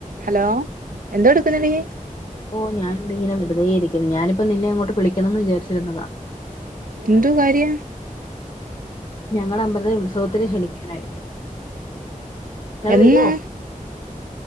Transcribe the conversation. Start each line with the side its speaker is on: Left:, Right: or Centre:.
Right: Hello എന്തോ എടുക്കുന്നു നീ
Left: ഓ ഞാനവിടെ ഇങ്ങനെ വെറുതെ ഇരിക്കുന്നു ഞാനിപ്പോ നിന്നെ അങ്ങോട്ട് വിളിക്കണംന്ന് വിചാരിച്ചിരുന്നതാ
Right: എന്ത്വാ കാര്യം
Left: ഞങ്ങളുടെ അമ്പലത്തിൽ ഉത്സവത്തിന് ക്ഷണിക്കാനായിട്ട് ങ്ങള്
Right: എന്നാ
Left: വരുവോ